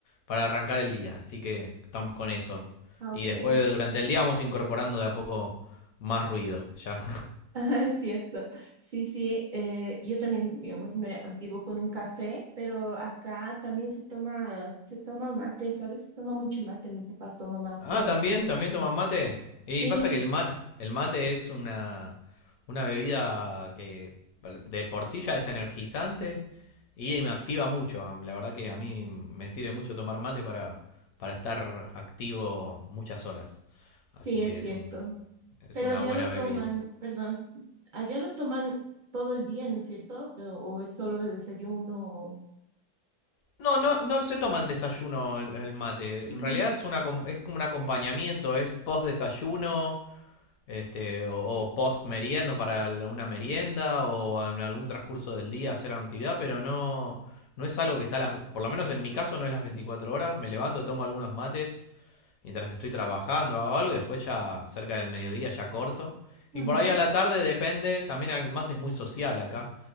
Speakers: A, on the left (about 70°); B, on the right (about 80°).
A: para arrancar el día, así que estamos con eso.
B: ah,
A: Y
B: ok.
A: después
B: <laughs>
A: durante el día vamos incorporando de a poco más ruido, ya
B: Ah, Es cierto. Sí, sí, eh, yo también, digamos, me activo con un café, pero acá también se toma, se toma mate, ¿sabes? Se toma mucho mate, mi papá toma mate,
A: Ah, también,
B: mis tíos,
A: también
B: mi hermano.
A: toman mate. Y
B: Sí,
A: pasa que el, ma- el mate es una, una bebida que de por sí ya es energizante y me activa mucho. La verdad que a mí me sirve mucho tomar mate para, para estar activo muchas horas.
B: sí,
A: Así que
B: es cierto.
A: es una, es
B: Pero
A: una
B: allá
A: buena
B: lo toman,
A: bebida.
B: perdón, allá lo toman todo el día, ¿no es cierto? O, o es solo de desayuno. o-
A: No, no, no se toma en desayuno el, el mate.
B: Ujú,
A: En realidad es una, acom- es como un acompañamiento, es post desayuno este, o, o post meriendo para una merienda o en algún transcurso del día hacer alguna actividad, pero no, no es algo que está a las, por lo menos en mi caso no es las veinticuatro horas, me levanto, tomo algunos mates mientras estoy trabajando hago algo y después ya cerca del mediodía ya corto.
B: Ajá,
A: Y por ahí a la tarde depende, también el mate es muy social acá,